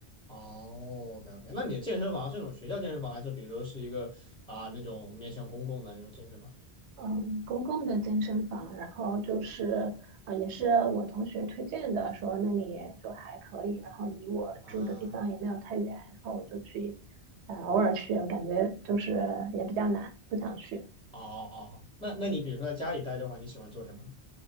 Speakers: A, in the centre; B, on the right.
A: 哦，OK OK，那你的健身房是那种学校健身房，还是比如说是一个啊那种面向公共的那种健身房
B: 嗯，公共的健身房，然后就是啊、呃也是我同学推荐的，说那里就还可以，然后离我住的地方也没有太远，
A: 啊？
B: 然后我就去，呃，偶尔去，感觉就是也比较难，不想去。
A: 哦，那那你比如说在家里待着的话，你喜欢做什么？